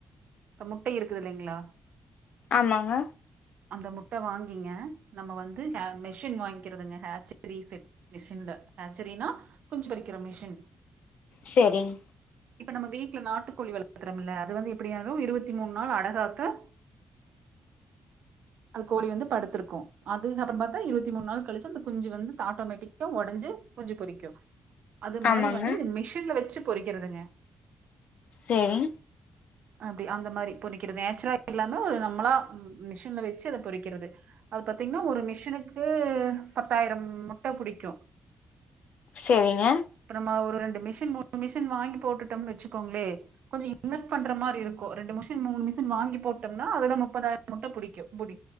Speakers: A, on the right; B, on the left.
A: அது முட்ட இருக்குது இல்லைங்ளா
B: ஆமாங்க
A: அந்த முட்ட வாங்கிங்க நம்ம வந்து மெஷின் வாங்கிக்கிறதுங்க ஹட்ச ரீசட் மிஷின்ல ஹசெரினா கொஞ்சு பறிக்கிற மிஷின்
B: செரிங்
A: இப்ப நம்ம வீட்ல நாட்டுக்கோழி வளர்க்கறோம்ல அது வந்து எப்படியாலும் இருபத்தி மூண் நாள் அடகாக அது கோழி வந்து படுத்திருக்கு அதுக்கப்பறோ பார்த்தா இருபத்தி மூணு நாள் கழிச்ச அந்த குஞ்சு வந்து ஆட்டோமேட்டிக் உடஞ்சு குஞ்சு பொறிக்கு அது மாரி
B: ஆமாங்க
A: வந்து இது மிஷின்ல வச்சு பொறிக்கிறதுங்க
B: சேரி
A: அப்டி அந்த மாதிரி பொரிக்கிறது நேச்சுரல இல்லாம ஒரு நம்மளா மிஷின்ல வச்சு அத பொறிக்கிறது அது பாத்தீங்னா ஒரு மிஷனுுக்கு பத்தாயிரம் முட்ட புடிக்கு
B: செரிங்க
A: இப்ப நம்ம ஒரு ரெண்டு மிஷின் மூணு மிஷின் வாங்கி போட்டுட்டோம்னு வச்சுக்கோங்ளே கொஞ்ச இன்வெஸ்ட் பண்ற மாரி இருக்கு ரெண்டு மிஷின் மூணு மிஷின் வாங்கி போட்டோம்னா அதுதா முப்பதாயிரம் முட்ட புடிக்கு புடி